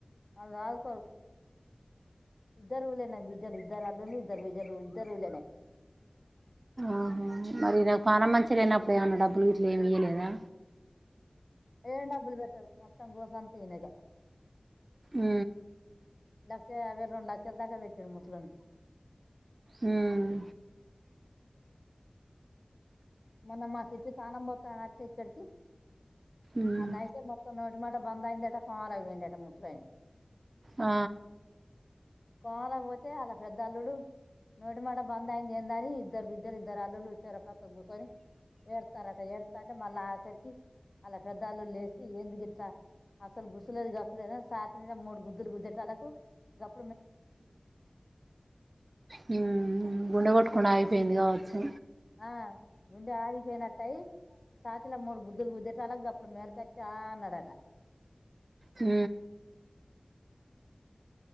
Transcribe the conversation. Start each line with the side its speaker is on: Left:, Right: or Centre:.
Left: వాళ్ళు సాదుకోరు ఇద్దరు ఊళ్ళో నే బిడ్డలు ఇద్దరు అల్లుళ్ళు ఇద్దరు బిడ్డలు ఇద్దరు ఊళ్ళో నే
Right: ఆహా మరి నాకు పానం మంచిగా లేనప్పుడు ఏమన్నా డబ్బులు ఇట్ల ఏమి ఇయలేదా
Left: ఏం డబ్బులు బెట్టరు మొత్తంగోస అంత ఈయనదే
Right: ఉ
Left: లక్ష యాభై రెండు లక్షల దాకా పెట్టిండు ముసలోనికి
Right: ఉమ్
Left: మొన్న మా సిట్టి తానం పోత్తాన అత్తే ఇక్కడికి
Right: మ్మ్
Left: అన్నైతే మొత్తం నో టి మాట బందయిదట కోమాలకు పోయిండట ముసలాయన
Right: ఆ
Left: కోమలాక పోతే అలా పెద్ద అల్లుడు నోటి మాట బంద్ అయింది ఏందని ఇద్దరు బిడ్డలు ఇద్దరు అల్లులుచ్చరపక్కన గుసొని ఏడతారట ఏడతా అంటే మళ్ళీ అక్కడికి ఆకరికి పెద్ద అల్లుడు లేసి ఏంది ఇట్లా అసలు గుసలేదు గసలేద సాతి మీద మూడు గుద్దులు గుద్ద్దటళ్లకు గ ప్
Right: ఉమ్ ఉమ్ గుండెకొట్టు కుండాగిపోయింది కావటి
Left: ఆ గుండె ఆగిపోయినట్టు అయి సాతిలో మూడు గుద్ధులు గుద్దిటలాకు అప్పుడు మేలకచ్చి ఆ అన్నాడట
Right: ఉ